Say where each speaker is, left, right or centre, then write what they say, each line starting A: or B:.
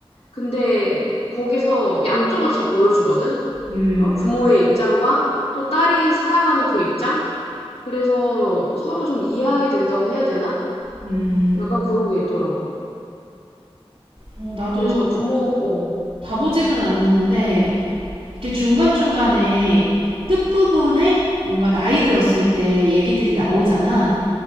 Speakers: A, on the left; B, on the right.
A: 근데 거기서 양쪽을 다 보여주거든?
B: 음,
A: 그러니까 부모의 입장과 또 딸이 살아가는 그 입장? 그래서 서로 좀 이해하게 된다고 해야 되나?
B: 음.
A: 약간 그런 게 있더라고.
B: 어, 나도
A: 그래서 부모, 어,
B: 다 보지는 않았는데, 이렇게 중간중간에 끝부분에 뭔가 나이 들었을 때 얘기들이 나오잖아.